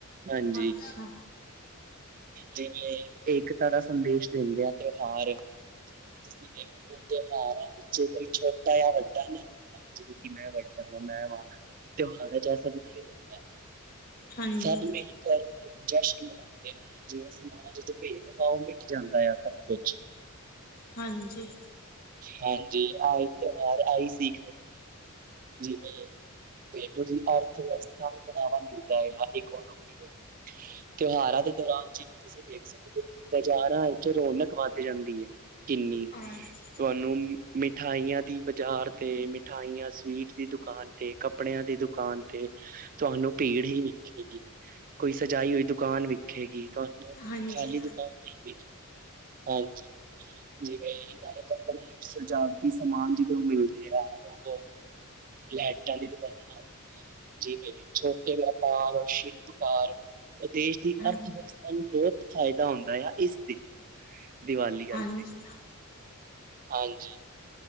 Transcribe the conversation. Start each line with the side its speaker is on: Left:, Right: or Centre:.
Right: ਹਾਂਜੀ।
Left: ਅੱਛਾ
Right: ਜਿਵੇਂ ਏਕਤਾ ਦਾ ਸੰਦੇਸ਼ ਦਿੰਦੇ ਆ ਤਿਉਹਾਰ, ਜਿਵੇਂ ਕਿ। ਤੁਸੀਂ ਵੇਖ ਲਓ ਤਿਉਹਾਰਾਂ ਵਿੱਚ ਕੋਈ ਛੋਟਾ ਜਾਂ ਵੱਡਾ ਨਹੀਂ ਹੁੰਦਾ। ਜਿਵੇਂ ਕਿ ਮੈਂ ਵੱਡਾ ਵਾਂ ਮੈਂ ਵਾਂ, ਤਿਉਹਾਰਾਂ ਵਿਚ ਇਹ ਸਭ ਨਹੀਂ ਹੁੰਦਾ।
Left: ਹਾਂਜੀ
Right: ਸਭ ਮੇ ਜਸ਼ਨ ਮਨਾਉਂਦੇ ਨੇ। ਜਿਵੇਂ ਸਮਾਜ 'ਚ ਭੇਦ। ਪਾਓ ਮਿਟ ਜਾਂਦਾ ਆ ਸਭ ਕੁਛ।
Left: ਹਾਂਜੀ।
Right: ਹਾਂਜੀ ਆਈ ਤਿਉਹਾਰ ਆਈ ਸੀਖਦੇ। ਜਿਵੇਂ ਦੇਖ, ਅਰਥ ਵਿਵਸਥਾ ਨੂੰ ਬੜਾਵਾ ਮਿਲਦਾ ਆ ਇਕੋਨੋਮੀ ਨੂੰ। ਤਿਉਹਾਰਾਂ ਦੇ ਦੌਰਾਨ ਜਿਵੇਂ? ਤੁਸੀਂ ਦੇਖ ਸਕਦੇ ਹੋ, ਬਾਜ਼ਾਰਾਂ ਵਿੱਚ ਰੌਣਕ ਵੱਧ ਜਾਂਦੀ ਹੈ। ਕਿੰਨੀ,
Left: ਹਾਂਜੀ
Right: ਤੁਹਾਨੂੰ ਮਿਠਾਈਆਂ ਦੀ ਬਾਜ਼ਾਰ ਤੇ ਮਿਠਾਈਆਂ ਸਵੀਟ? ਦੀ ਦੁਕਾਨ ਤੇ ਕੱਪੜਿਆਂ ਦੀ ਦੁਕਾਨ ਤੇ ਤੁਹਾਨੂੰ ਭੀੜ ਹੀ ਵੇਖੇਗੀ। ਕੋਈ ਸਜਾਈ ਹੋਈ ਦੁਕਾਨ ਵੇਖੇਗੀ, ਤੁਹਾਨੂੰ
Left: ਹਾਂਜੀ
Right: ਖਾਲੀ ਦੁਕਾਨ ਨਹੀਂ ਵੇਖੇਗੀ? ਹਾਂਜੀ। ਜਿਵੇਂ ਨਏ ਕੱਪੜੇ, ਸਜਾਵਟੀ ਸਮਾਨ ਜਿਧਰ ਮਿਲਦੇ ਆ ਉਹ? ਲਾਈਟਾਂ ਦੀ ਦੁਕਾਨਾਂ ਜਿਵੇਂ ਛੋਟੇ ਵਪਾਰ ਔਰ ਸ਼ਿਲਪਕਾਰ? ਉਹ ਦੇਸ਼ ਦੀ
Left: ਹਾਂ
Right: ਅਰਥ ਵਿਵਸਥਾ ਨੂੰ ਬਹੁਤ ਫਾਇਦਾ ਹੁੰਦਾ ਆ ਇਸ ਦੇ। ਦੀਵਾਲੀ ਵਾਲੇ
Left: ਹਾਂਜੀ
Right: ਦਿਨ। ਹਾਂਜੀ'